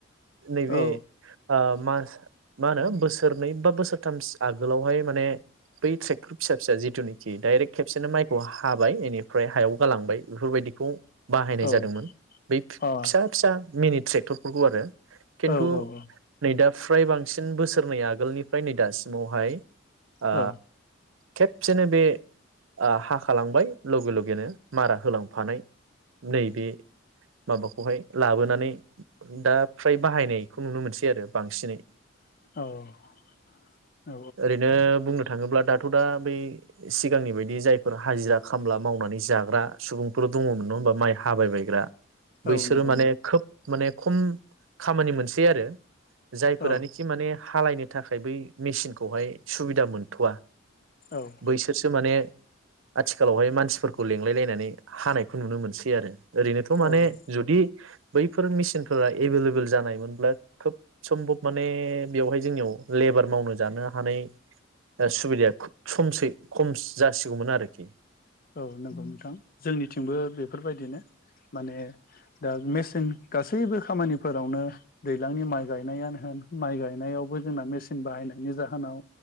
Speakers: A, on the right; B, on the left.
A: नैबे
B: औ
A: ओ मास मा होनो बोसोरनै बा बोसोरथाम आगोलावहाय माने बै ट्रेक्टर फिसा फिसा जिथुनिखि डाइरेक्ट खेबसेनो माइखौ हाबाय इनिफ्राय हायाव गालांबाय बेफोरबायदिखौ बाहायनाय
B: औ अ
A: जादोंमोन बै
B: औ
A: फिसा फिसा मिनिट ट्रेक्टरफोरखौ आरो खिन्थु
B: औ औ
A: नैदा फ्राय बांसिन बोसोरनै आगोलनिफ्राय नै दासिमावहाय आ
B: औ
A: खेबसेनो बे ओ हाखालांबाय लगे लगेनो मारा होलांफानाय नैबे माबाखौहाय लाबोनानै दा फ्राय बाहायनायखौ नुनो मोनसै आरो बांसिनै
B: औ औ
A: ओरैनो बुंनो थाङोब्ला दा दथ दा बै सिगांनि बायदि जायफोर हाजिरा खामला मावनानै जाग्रा सुबुंफोर दङमोन नङा होमबा माइ हाबायबायायग्रा
B: औ
A: बैसोरो
B: नंगौ
A: माने
B: नंगौ
A: खोब माने खम खामानि मोनसै आरो जायफोरानोखि
B: औ
A: माने हालायनो थाखाय बै मेचिन खौहाय सुबिदा मोनथवा
B: औ
A: बैसोरसो माने आथिखालावहाय मानसिफोरखौ लिंलाय लायनानै हानायखौ नुनो मोनसै आरो। ओरैनोथ माने
B: औ
A: जुदि बैफोर मेसिनफोरा एभेलेबेल जानायमोनब्ला खोब सम्भब माने बेवहाय जोंनियाव लेबार मावनो जानो हानाय सुबिदाया खुब खमसै खम जासिगौमोन आरोखि
B: औ नंगौ नोंथां जोंनिथिंबो बेफोर बायदिनो माने दा मेसे जों गासैबो खामानिफोरावनो दैज्लांनि माइ गायनायानो होन माइ गायनायावबो जोंना मेचिन बाहायनायनि जाहोनाव